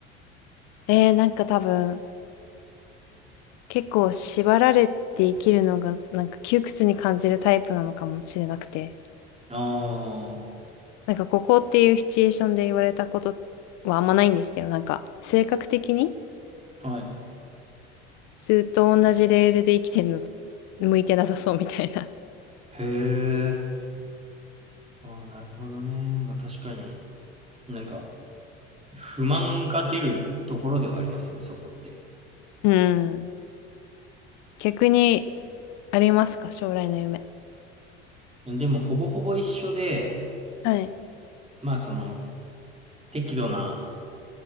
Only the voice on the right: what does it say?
あ
あー、はい。
へえ。あー、なるほどね。まあ確かに、なんか、不満が出るところではありますよね、そこって。
でも、ほぼほぼ一緒で、
まあ、その、適度な、